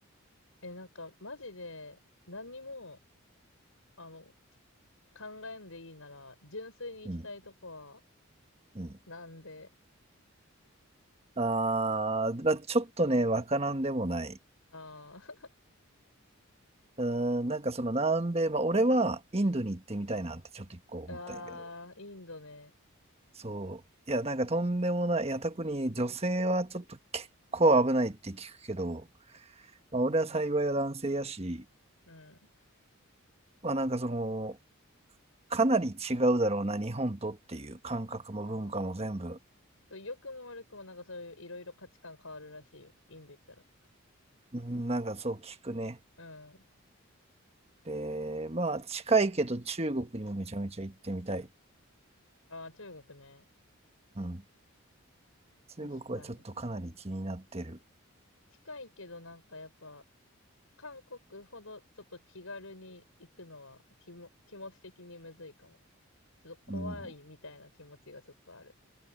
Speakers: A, on the left; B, on the right.
A: え、なんか、マジで、何にも、あの、考えんでいいなら、純粋に行きたいとこは、
B: うん、うん。
A: 南米。
B: あー、まあ、ちょっとね、わからんでもない。
A: あ
B: うーん、なんかその南米、まあ、俺はインドに行ってみたいなってちょっと一個思ったんやけど、
A: ー <laughs> あー、インドね。
B: そう、いや、なんかとんでもない、いや、特に女性はちょっと結構危ないって聞くけど、まあ、俺は幸いは男性やし、
A: うん。うん。
B: まあなんかその、かなり違うだろうな、日本とっていう感覚も文化も全部、
A: あーそう良くも悪くもなんかそういういろいろ価値観変わるらしいよ。インド行ったら。
B: うん、なんかそう聞くね。
A: うん。
B: で、まあ近いけど中国にもめちゃめちゃ行ってみたい。
A: ああ、中国ね。
B: うん、
A: 確かに。
B: 中国はちょっとかなり気になってる。
A: 近いけどなんかやっぱ、韓国ほどちょっと気軽に行くのは気も、気持ち的にむずいかも。ちょっと怖いみたいな気持ちがちょっとある。
B: うん